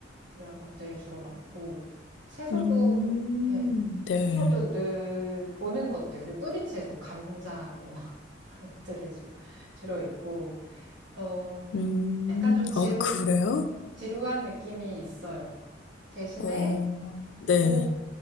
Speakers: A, on the right; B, on the left.
A: 이런 것들이 주로 많고 채소도
B: 음,
A: 예,
B: 네.
A: 채소도 늘 보는 것들 그리고 뿌리채소 감자 뭐 <laughs> 이런 것들이 주로 주로 있고 좀
B: 음,
A: 약간 좀 지루,
B: 어, 그래요?
A: 지루한 느낌이 있어요. 대신에
B: 어, 네.
A: 조,